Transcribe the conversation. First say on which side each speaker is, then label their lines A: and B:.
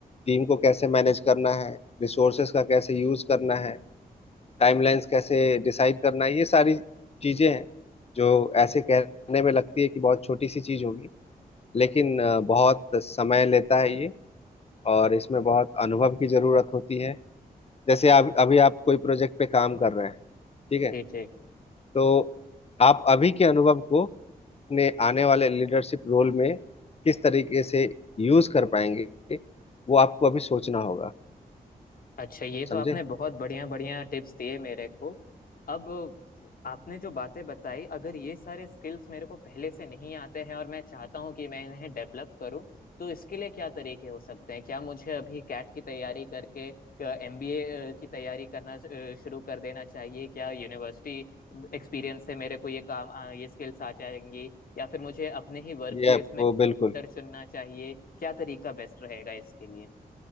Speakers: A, on the left; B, on the left.
A: टीम को कैसे मैनेज करना है रिसोर्सेस का कैसे यूज करना है टाइमलाइंस कैसे डिसाइड करना है ये सारी चीजें हैं जो ऐसे कहने में लगती है कि बहुत छोटी सी चीज होगी लेकिन अ, बहुत समय लेता है ये और इसमें बहुत अनुभव की जरूरत होती है जैसे आप अभी आप कोई प्रोजेक्ट पे काम कर रहे हैं ठीक है
B: जी जी
A: तो आप अभी के अनुभव को अपने आने वाले लीडरशिप रोल में किस तरीके से यूज कर पाएंगे वो आपको अभी सोचना होगा
B: अच्छा ये तो
A: समझे
B: आपने बहुत बढ़िया बढ़िया टिप्स दिए मेरे को अब आपने जो बातें बताई अगर ये सारे स्किल्स मेरे को पहले से नहीं आते हैं और मैं चाहता हूँ कि मैं इन्हें डेवलप करूँ तो इसके लिए क्या तरीके हो सकते हैं क्या मुझे अभी कैट की तैयारी करके एमबीए की तैयारी करना अ, शुरू कर देना चाहिए क्या यूनिवर्सिटी एक्सपीरियंस से मेरे को ये काम अ, ये स्किल्स आ जाएंगी या फिर मुझे अपने ही वर्क
A: ये
B: प्लेस
A: आपको
B: में mentor
A: बिल्कुल
B: चुनना चाहिए क्या तरीका बेस्ट रहेगा इसके लिए